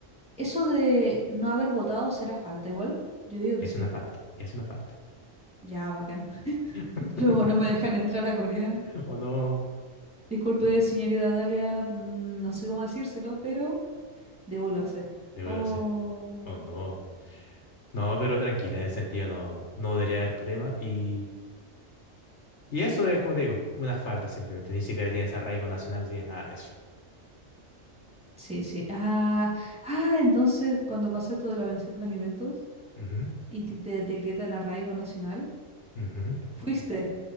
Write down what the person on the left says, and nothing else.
Es
una falta, es una falta.
<laughs>
O no,
debo
lo sé. O no. No, pero tranquila, en ese sentido no, no debería haber problema. Y, y eso es, como te digo, una falta simplemente. Ni siquiera tienes arraigo nacional, no tienes nada de eso.
Ujú,
ujú.